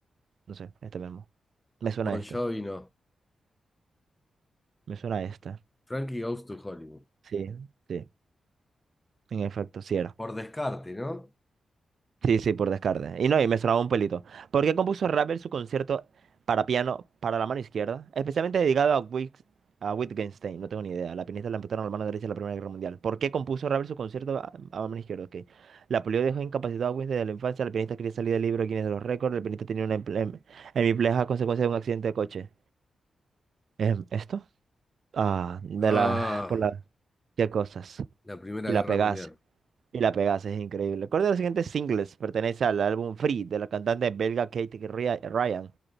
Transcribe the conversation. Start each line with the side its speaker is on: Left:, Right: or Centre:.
Right: No sé, este mismo. Me suena
Left: Bon
Right: a este.
Left: Jovi no.
Right: Me suena esta.
Left: Frankie Goes to Hollywood.
Right: Sí, sí. En efecto, sí era.
Left: Por descarte, ¿no?
Right: Sí, sí, por descarte. Y no, y me sonaba un pelito. ¿Por qué compuso Ravel su concierto para piano para la mano izquierda? Especialmente dedicado a, Wit- a Wittgenstein. No tengo ni idea. La pianista le amputaron la mano derecha en la Primera Guerra Mundial. ¿Por qué compuso Ravel su concierto a, a mano izquierda? Ok. La polio dejó incapacitado a Wittgenstein desde la infancia. La pianista quería salir del libro Guinness de los récords. El pianista tenía una emple- em- hemipleja a consecuencia de un accidente de coche. Em, ¿esto? Ah, de
Left: Ah,
Right: la... por la... ¿Qué cosas?
Left: la Primera
Right: Y
Left: Guerra
Right: la pegase.
Left: Mundial.
Right: Y la pegaste, es increíble. Recuerda de los siguientes singles pertenece al álbum Free de la cantante belga Kate Ria- Ryan.